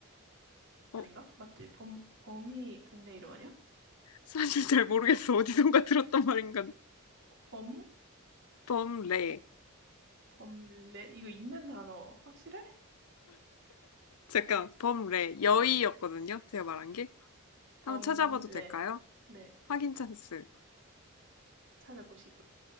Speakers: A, on the right (about 60°); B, on the left (about 85°).
A: 아닌가
B: 어,
A: 맞지 범 범이 동네 이름 아니야
B: 사실 잘 모르겠어. 어디선가 들었단 말인가.
A: 어, 범
B: 범례.
A: 범례 이거 있는 단어 확실해
B: 잠깐, 범레, 여의였거든요. 제가 말한 게.
A: 범례
B: 한번 찾아봐도 될까요?
A: 네
B: 확인 찬스.
A: 찾아보시고